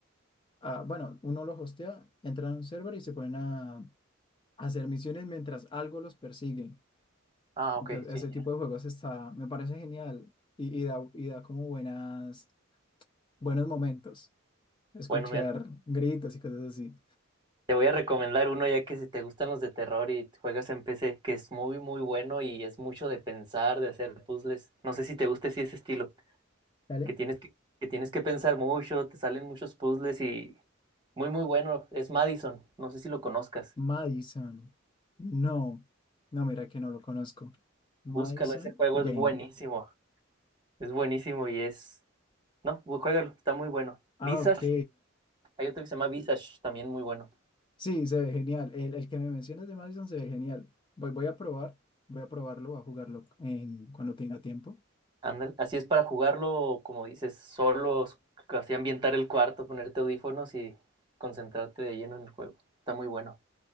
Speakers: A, on the left (about 25°); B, on the right (about 25°).
A: ah, bueno, uno lo hostea, entran a un server y se ponen a, a hacer misiones mientras algo los persigue.
B: Ah,
A: Entonces,
B: ok, sí.
A: ese
B: ya.
A: tipo de juegos está, me parece genial y, y da, y da como buenas, buenos momentos, escuchar
B: Bueno, mira,
A: gritos y cosas así.
B: te voy a recomendar uno ya que si te gustan los de terror y juegas en PC, que es muy, muy bueno y es mucho de pensar, de hacer puzzles. No sé si te gusta así ese estilo,
A: Dale.
B: que tienes que, que tienes que pensar mucho, te salen muchos puzzles y muy, muy bueno. Es Madison, no sé si lo conozcas.
A: Madison. No, no, mira que no lo conozco. Madison
B: Búscalo, ese juego
A: Game.
B: es buenísimo. Es buenísimo y es. No, bu- juégalo, está muy bueno.
A: Ah,
B: Visage,
A: ok.
B: hay otro que se llama Visage, también muy bueno.
A: Sí, se ve genial. El, el que me mencionas de Madison se ve genial. Voy, voy a probar, voy a probarlo, voy a jugarlo en, cuando tenga tiempo.
B: Ándale, así es para jugarlo, como dices, solos, así ambientar el cuarto, ponerte audífonos y concentrarte de lleno en el juego. Está muy bueno.